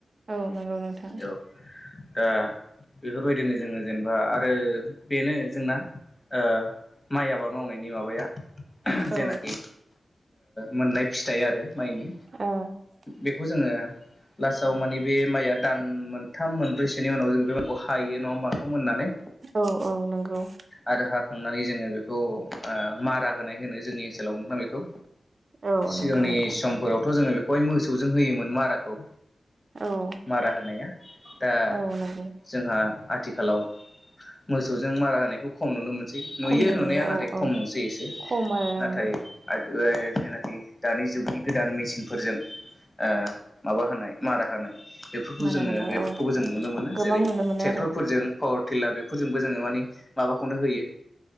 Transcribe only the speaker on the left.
औ दा बेफोरबायदिनो जोङो जेनेबा आरो बेनो जोंना ओ माइ आबाद मावनायनि माबाया
जेनाखि मोननाय फिथाइ आरो माइनि
बेखौ जोङो लास्टाव माने बे माइया दान मोनथाम मोनब्रैसोनि उनाव जों बे माइखौ हायो नङा होमबा मोननानै
आरो हा खांनानै जोङो बेखौ मारा होनाय होनो जोंनि ओनसोलाव नोंथां बेखौ
सिगांनि
समफोरावथ' जोङो बेखौहाय मोसौजों होयोमोन माराखौ
मारा होनाया दा
जोंहा आथिखालाव मोसौजों मारा होनायखौ खम नुनो मोनसै नुयो
नुनाया नाथाय
खम
नुसै एसे
नाथाय
जेनाखि दानि जुगनि गोदान मेसिन फोरजों ओ माबा होनाय मारा होनाय बेफोरखौ
जोङो
बेफोरखौबो
जों नुनो मोनो
जेरै
ट्रेक्टरफोरजों
पावार टिलार बेफोरजोंबो जोङो मानि माबाखौनो होयो